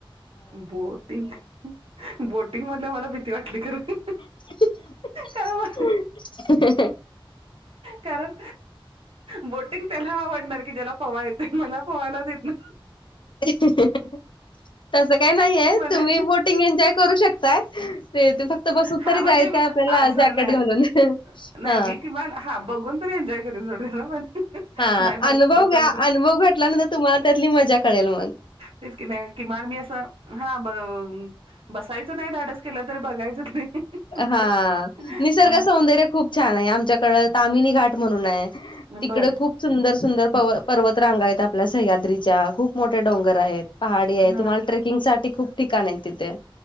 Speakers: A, on the right (about 80°); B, on the left (about 60°).
A: बोटिंग बोटिंग म्हणल मला भिती वाटली खरं.
B: <unintelligible>
A: कारण कारण बोटिंग त्याला आवडणार की ज्याला. पवा येते मला पवायलाच येत ना.
B: <unintelligible> तसं काही नाहीय
A: म्हणा
B: तुम्ही बोटिंग एन्जॉय करू शकताय ते फक्त बसून
A: हा
B: तरी
A: म्हणजे
B: जायचय
A: मी
B: आ पल्या
A: असं
B: जॅकेट
A: नाही
B: घालून हा.
A: नाही मी किमान बघून तरी एन्जॉय करू <unintelligible> पण.
B: हा
A: नाही बस
B: अनुभव
A: बसायचं
B: घ्या अनुभव घटल्यानंतर तुम्हाला त्यातली मजा कळेल मग.
A: तेच की नाय किमान मी असं हा ब बसायचं नाही धाडस केलं तर बघायचं तरी. होऊ
B: हा
A: शकतंय
B: निसर्ग
A: हा
B: सौंदर्य खूप छान आहे आमच्याकडे तामिनी घाट म्हणून आहे.
A: नंबर
B: तिकडे खूप सुंदर सुंदर प पर्वत रांगायेत आपल्या सह्याद्रीच्या खूप. मोठे डोंगर आहेत पहाडी आहे
A: हा
B: तुम्हाला ट्रेकिंग साठी खूप ठिकाण आहेत तिथे.